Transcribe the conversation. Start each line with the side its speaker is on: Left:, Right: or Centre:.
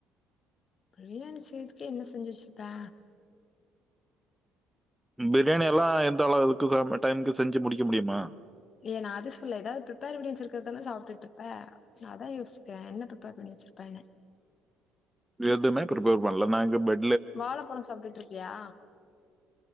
Left: பிரியாணி செய்யறதுக்கு என்ன செஞ்சு வெச்சுருப்ப
Centre: பிரியாணி எல்லா எந்த அளவுக்கு டைமுக்கு செஞ்சு முடிக்க முடியுமா
Left: இல்ல நா அது சொல்லல எதாவது பிரிப்பேர் பண்ணி வெச்சிருக்கறது தான சாப்டுட்ருப்ப நா அதா யோசிச்சிருக்கே என்ன பிரிப்பேர் பண்ணி வெச்சிருப்பேன்னு
Centre: எதுமே பிரிப்பேர் பண்ல நா எங்க போய்
Left: வாழப்பழ சாப்டுட்ருக்கியா